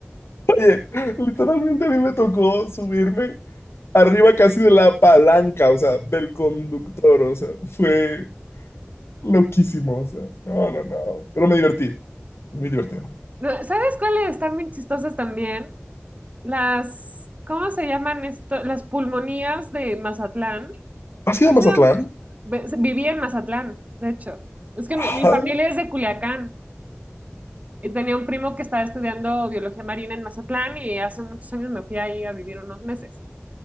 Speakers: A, on the left; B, on the right.
A: Oye, literalmente a mí me tocó subirme arriba casi de la palanca, o sea, del conductor, o sea, fue loquísimo, o sea, no, no, no, pero me divertí, muy divertido.
B: no, ¿sabes cuáles están bien chistosas también? Las, ¿cómo se llaman esto? Las pulmonías de Mazatlán.
A: ¿Has ido
B: Han
A: a
B: sido-
A: Mazatlán?
B: ve- viví en Mazatlán, de hecho. Es que mi,
A: Ajá.
B: mi familia es de Culiacán y tenía un primo que estaba estudiando biología marina en Mazatlán y hace muchos años me fui ahí a vivir unos meses.